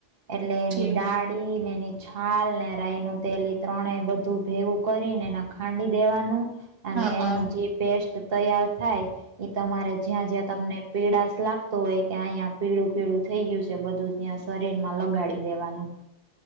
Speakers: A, on the right; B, on the right.
A: એટલે એની
B: ઠીક
A: કડી ને એની છાલ ને રાય નું તેલ ત્રણે બધું ભેગું કરીને એ ખાંડી દેવાનું અને
B: હા હા
A: એની જે પેસ્ટ તૈયાર થાય એ તમારે જ્યાં જ્યાં તમને પીડાશ લાગતો હોય કે અહીંયા પીળું પીળું થઈ ગયું છે બધું ત્યાં શરીરમાં લગાડી દેવાનું.